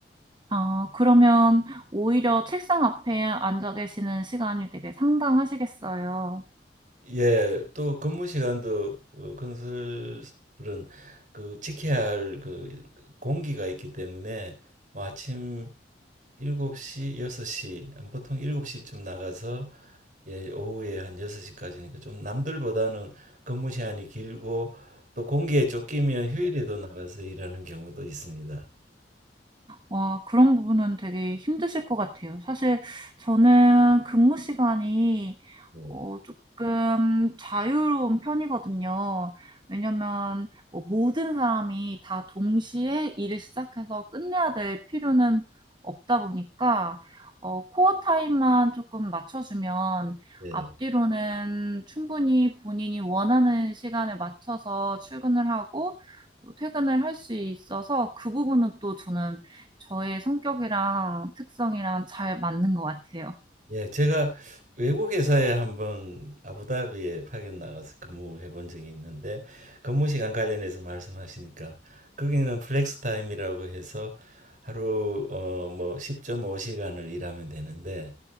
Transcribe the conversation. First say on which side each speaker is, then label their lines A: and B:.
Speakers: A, on the right (about 25°); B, on the right (about 45°).
A: 아, 그러면 오히려 책상 앞에 앉아 계시는 시간이 되게 상당하시겠어요.
B: 예, 또 근무 시간도 어, 건설은 그 지켜야 할 그 공기가 있기 때문에 뭐 아침 일곱 시 여섯 시 보통 7시쯤 나가서 예, 오후에 한 6시까지니까 좀 남들보다는 근무 시간이 길고 또 공기에 쫓기면 휴일에도 나가서 일하는 경우도 있습니다.
A: 와, 그런 부분은 되게 힘드실 것 같아요. 사실 저는 근무 시간이
B: 예,
A: 어 쪼끔 자유로운 편이거든요. 왜냐면 뭐 모든 사람이 다 동시에 일을 시작해서 끝내야 될 필요는 없다 보니까 어 코어 타임만 쪼끔 맞춰 주면
B: 예.
A: 앞뒤로는 충분히 본인이 원하는 시간에 맞춰서 출근을 하고 또 퇴근을 할 수 있어서 그 부분은 또 저는 저의 성격이랑 특성이랑 잘 맞는 것 같아요.
B: 예, 제가 외국 회사에 한번 아부다비에 파견 나가서 근무해 본 적이 있는데 근무 시간 관련해서 말씀하시니까 거기는 플렉스 타임이라고 해서 하루 어 뭐 10.5시간을 일하면 되는데